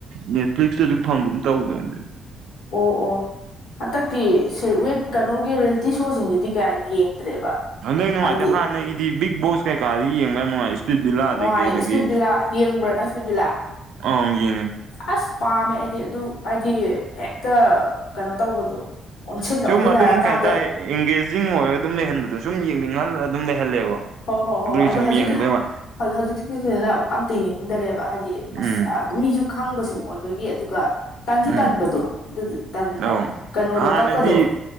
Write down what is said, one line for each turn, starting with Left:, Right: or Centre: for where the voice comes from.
Right: ꯅꯦꯠꯐ꯭ꯂꯤꯛꯁꯇꯁꯨ ꯐꯪꯒꯨꯝ ꯇꯧꯕꯅꯤꯅꯦ
Left: ꯑꯣ ꯑꯣ ꯍꯟꯗꯛꯇꯤ ꯁꯤ‌ ꯋꯦꯠ ꯀꯩꯅꯣꯒꯤ ꯔꯤꯌꯦꯜꯇꯤ ꯁꯣꯁꯤꯡꯗꯨꯗꯤ ꯀꯌꯥ ꯌꯦꯡꯗ꯭ꯔꯦꯕ
Right: ꯍꯟꯗꯛ ꯅꯨꯡꯉꯥꯏꯇꯦ
Left: ꯍꯥꯏꯗꯤ
Right: ꯍꯥꯟꯅꯒꯤꯗꯤ ꯕꯤꯛ ꯕꯣꯁ ꯀꯩꯀꯥꯗꯤ ꯌꯦꯡꯕ ꯌꯥꯝ ꯅꯨꯡꯉꯥꯏ ꯁꯤ ꯕꯤꯜꯂꯥꯗꯩ
Left: ꯅꯨꯡꯉꯥꯏ
Right: ꯀꯩꯗꯒꯤ
Left: ꯏꯁꯄꯤꯠ ꯕꯤꯂꯥ ꯌꯦꯡꯕ꯭ꯔꯥ ꯅꯪ ꯏꯁꯄꯤꯠ ꯕꯤꯂꯥ
Right: ꯑꯪ ꯌꯦꯡꯉꯦ
Left: ꯑꯁ ꯄꯥꯝꯃꯦ ꯑꯩꯗꯤ ꯑꯗꯨ ꯍꯥꯏꯗꯤ ꯍꯦꯛꯇ ꯀꯩꯅꯣ ꯇꯧꯕꯗꯣ ꯑꯣꯟꯁꯤꯟ
Right: ꯁꯨꯝ
Left: ꯑꯣꯟꯁꯤꯟꯅꯔꯀꯥꯟꯗ
Right: ꯑꯗꯨꯝ ꯀꯩ ꯍꯥꯏꯇꯥꯔꯦ ꯑꯦꯡꯒꯦꯖꯤꯡ ꯑꯣꯏꯔꯒ ꯑꯗꯨꯝ ꯂꯩꯍꯟꯕꯗꯣ ꯁꯨꯝ ꯌꯦꯡꯅꯤꯡꯍꯜꯂ ꯑꯗꯨꯝ ꯂꯩꯍꯜꯂꯦꯕ
Left: ꯍꯣꯏ ꯍꯣꯏ ꯍꯣꯏ
Right: ꯑꯗꯨꯒꯤ
Left: ꯍꯣꯏ ꯑꯗꯣ
Right: ꯁꯨꯝ
Left: ꯍꯧꯖꯤꯛꯀꯤ
Right: ꯌꯦꯡꯕꯩ ꯋꯥ
Left: ꯍꯧꯖꯤꯛ ꯍꯧꯖꯤꯛꯁꯤꯅ ꯑꯝꯇ ꯌꯦꯡꯅꯤꯡꯗꯔꯦꯕ ꯍꯥꯏꯗꯤ ꯃꯁꯥ
Right: ꯎꯝ
Left: ꯃꯤꯁꯨ ꯈꯪꯕꯁꯤꯡ ꯑꯣꯏꯕꯒꯤ ꯑꯗꯨꯒ ꯇꯟꯁꯨ
Right: ꯎꯝ
Left: ꯇꯟꯥꯟꯕꯗꯣ ꯑꯗꯨꯗꯨ ꯇꯟꯕ
Right: ꯑꯧ
Left: ꯀꯩꯅꯣ
Right: ꯍꯥꯟꯅꯗꯤ
Left: ꯂꯣꯀꯞꯀꯗꯣ